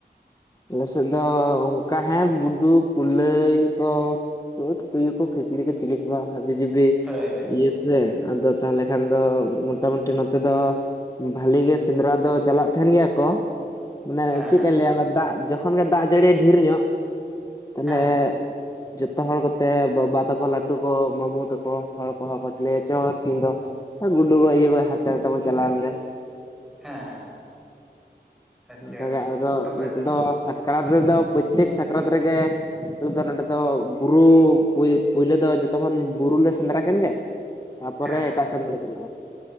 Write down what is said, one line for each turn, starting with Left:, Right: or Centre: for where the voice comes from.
Left: ᱟᱞᱮ ᱥᱮᱫ ᱫᱚ ᱚᱱᱠᱟ ᱦᱮᱸ ᱜᱩᱰᱩ ᱠᱩᱞᱟᱹᱭ ᱠᱚ ᱛᱩᱭᱩ ᱠᱚ ᱠᱷᱤᱠᱲᱤ ᱠᱚ, ᱪᱤᱞᱤ ᱠᱚ, ᱦᱟᱹᱵᱤ ᱡᱟᱹᱵᱤ
Centre: ᱦᱳᱭ ᱦᱳᱭ
Left: ᱤᱭᱟᱹ ᱥᱮ ᱟᱫᱚ ᱛᱟᱦᱞᱮ ᱠᱷᱟᱱ ᱫᱚ ᱢᱚᱴᱟ ᱢᱩᱴᱤ ᱱᱚᱛᱮ ᱫᱚ ᱵᱷᱟᱹᱞᱤ ᱜᱮ ᱥᱮᱸᱫᱽᱨᱟ ᱫᱚ ᱪᱟᱞᱟᱜ ᱛᱟᱦᱮᱸᱱ ᱜᱮᱭᱟ ᱠᱚ᱾ ᱢᱟᱱᱮ
Centre: ᱦᱮᱸ
Left: ᱪᱮᱫ
Centre: ᱦᱮᱸ
Left: ᱞᱮᱠᱟᱹᱧ ᱞᱟᱹᱭᱟ, ᱫᱟᱜ ᱡᱚᱠᱷᱚᱱ ᱜᱮ ᱫᱟᱜ ᱡᱟᱹᱲᱤᱭᱟᱭ ᱰᱷᱮᱨ ᱧᱚᱜ, ᱛᱟᱦᱞᱮ
Centre: ᱦᱮᱸ ᱦᱮᱸ
Left: ᱡᱚᱛᱚ ᱦᱚᱲ ᱠᱚᱛᱮ ᱵᱟᱵᱟ ᱛᱟᱠᱚ, ᱞᱟᱹᱴᱩ ᱠᱚ, ᱢᱟᱢᱩ ᱛᱟᱠᱚ, ᱦᱚᱲ ᱠᱚᱦᱚ ᱠᱚ, ᱞᱟᱹᱭᱟ ᱪᱚ ᱛᱮᱦᱮᱧ ᱫᱚ ᱜᱩᱰᱩ ᱜᱚᱡ ᱤᱭᱟᱹ ᱜᱚᱡ ᱦᱟᱱᱛᱮ ᱱᱟᱛᱮ ᱵᱚ ᱪᱟᱞᱟᱣ ᱞᱮᱱ ᱜᱮ
Centre: ᱦᱮᱸ ᱦᱮᱸ᱾ ᱟᱪᱪᱷᱟ
Left: ᱚᱱᱠᱟ ᱜᱮ ᱟᱫᱚ
Centre: ᱛᱚᱵᱮ
Left: ᱱᱤᱛᱚᱜ ᱫᱚ ᱥᱟᱠᱨᱟᱛ ᱨᱮᱫᱚ ᱯᱨᱚᱛᱛᱮᱠ ᱥᱟᱠᱨᱟᱛ ᱨᱮᱜᱮ ᱟᱞᱮ ᱫᱚ ᱱᱚᱰᱮ ᱫᱚ ᱵᱩᱨᱩ ᱯᱳᱭᱞᱳ ᱫᱚ ᱡᱚᱛᱚ ᱠᱷᱚᱱ ᱵᱩᱨᱩ ᱞᱮ ᱥᱮᱸᱫᱽᱨᱟ ᱠᱟᱱ ᱜᱮ ᱛᱟᱯᱚᱨᱮ
Centre: ᱦᱮᱸ ᱦᱮᱸ
Left: ᱮᱴᱟᱜ ᱥᱮᱱ ᱫᱚ ᱞᱮ ᱪᱟᱞᱟᱜᱼᱟ᱾